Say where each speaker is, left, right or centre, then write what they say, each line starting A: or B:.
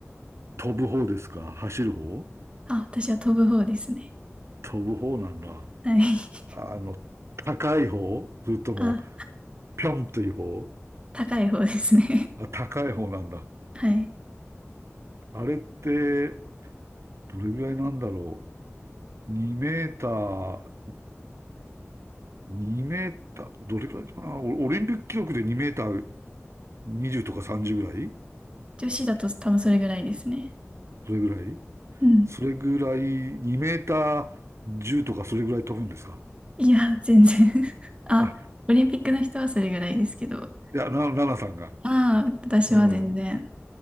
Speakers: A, on the right (about 65°); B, on the right (about 20°).
A: 飛ぶ方ですか走る方
B: あ、私は飛ぶ方ですね。
A: 飛ぶ方なんだ。
B: はい。
A: あの、高い方それとも、
B: あ、
A: ぴょんという方
B: 高い方ですね。
A: あ、高い方なんだ。
B: <laughs> はい。
A: あれって、どれぐらいなんだろう。2メーター、2メーター、どれぐらいかなオオリンピック記録で2メーター20とか30ぐらい
B: 女子だと多分それぐらいですね。
A: それぐらい
B: うん。
A: それぐらい、2メーター10とかそれぐらい飛ぶんですか
B: いや、全然 <laughs> あ、
A: あ、
B: オリンピックの人はそれぐらいですけど。
A: いや、な、奈々さんが。
B: ああ、私は全然
A: うん。